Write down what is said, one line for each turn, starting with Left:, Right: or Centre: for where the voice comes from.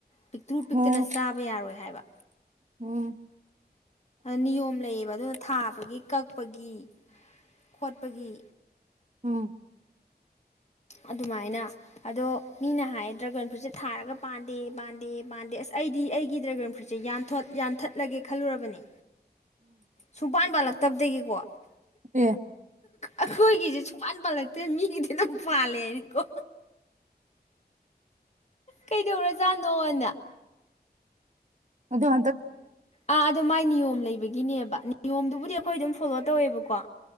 Left: ꯄꯤꯛꯇꯨ ꯄꯤꯛꯇꯅ
Right: ꯑꯣ
Left: ꯆꯥꯕ ꯌꯥꯔꯣꯏ ꯍꯥꯏꯕ
Right: ꯎꯝ
Left: ꯅꯤꯌꯣꯝ ꯂꯩꯌꯦꯕ ꯑꯗꯨꯅ ꯊꯥꯕꯒꯤ ꯀꯛ ꯄꯒꯤ ꯈꯣꯠꯄꯒꯤ
Right: ꯎꯝ
Left: ꯑꯗꯨꯃꯥꯏꯅ ꯑꯗꯣ ꯃꯤꯅ ꯍꯥꯏꯌꯦ ꯗ꯭ꯔꯥꯒꯟ ꯐ꯭ꯔꯨꯏꯠꯁꯦ ꯊꯥꯔꯒ ꯄꯥꯟꯗꯦ ꯄꯥꯟꯗꯦ ꯄꯥꯟꯗꯦ ꯑꯁ ꯑꯩꯗꯤ ꯑꯩꯒꯤ ꯗ꯭ꯔꯥꯒꯟ ꯐ꯭ꯔꯨꯏꯠꯁꯦ ꯌꯥꯟꯊꯠꯂꯒꯦ ꯈꯜꯂꯨꯔꯕꯅꯤ ꯁꯨꯃꯥꯟ ꯄꯂꯛ ꯇꯞꯗꯒꯤꯀꯣ
Right: ꯄꯦ
Left: ꯑꯩꯈꯣꯏꯒꯤꯁꯦ ꯁꯨꯄꯥꯟ ꯄꯥꯜꯂꯛꯇ꯭ꯔꯦ ꯃꯤꯒꯤꯗꯤ ꯑꯗꯨꯪ ꯄꯥꯜꯂꯦꯅꯤꯀꯣ ꯀꯩꯗꯧꯔꯖꯥꯠꯅꯣꯅ
Right: ꯑꯗꯣ
Left: ꯑꯥ ꯑꯗꯨ ꯃꯥꯏ ꯅꯤꯌꯣꯝꯅꯤ ꯂꯩꯕꯒꯤꯅꯦꯕ ꯅꯤꯌꯣꯝꯗꯨꯕꯨꯗꯤ ꯑꯩꯈꯣꯏ ꯑꯗꯨꯝ ꯐꯣꯂꯣ ꯇꯧꯋꯦꯕꯀꯣ